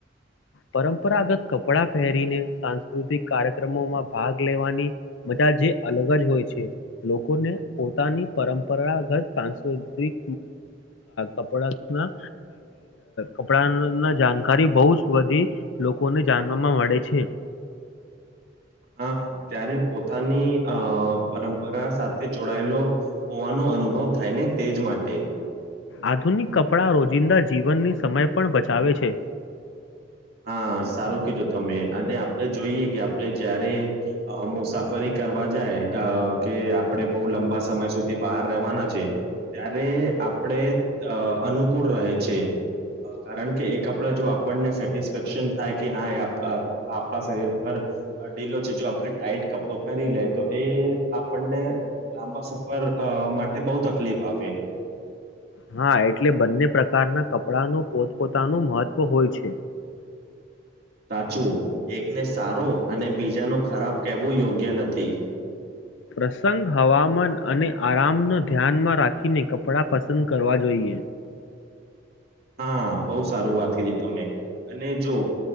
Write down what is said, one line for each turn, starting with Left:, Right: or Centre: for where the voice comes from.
Left: પરંપરાગત કપડા પહેરીને સાંસ્કૃતિક કાર્યક્રમોમાં ભાગ લેવાની મજા. જે અલગ જ હોય છે. લોકોને પોતાની પરંપરાગત, સાંસ્કૃતિક કપડાં ના કપડાં ના જાણકારી બહુ જ વધી લોકોને જાણવામાં મળે છે.
Right: હા, ત્યારે પોતાની અ પરંપરા સાથે જોડાયેલો હોવાનો અનુભવ થાય ને, તેજ માટે.
Left: આધુનિક કપડાં રોજિંદા જીવનની સમય પણ બચાવે છે.
Right: હા, સારું કીધું. તમે અને આપડે જોઈએ કે આપણે જયારે. અ મુસાફરી કરવા જાય, અ કે આપડે બઉ લંબા સમય સુધી બહાર રહેવાના છે, ત્યારે આપણે અનુકૂળ રહે. છે, કારણ કે એ કપડા જો આપણને સે રક્ષણ થાય કે, હા, એ કપડા આપણા શરીર પર ઢીલો છે. જો આપણે ટાઈટ કપડો પહેરી તો એ આપણને લાંબા સફર અ માટે બહુ તકલીફ આપે.
Left: હા, એટલે બંને પ્રકારના કપડાનું પોતપોતાનું મહત્વ હોય છે.
Right: સાચું એકને સારો અને બીજાનું ખરાબ કહેવું યોગ્ય નથી.
Left: પ્રસંગ, હવામાન અને- આરામનો ધ્યાનમાં રાખીને કપડાં પસંદ કરવા જોઈએ.
Right: હા, બહુ સારું વાત કીધી તમે. અને, જો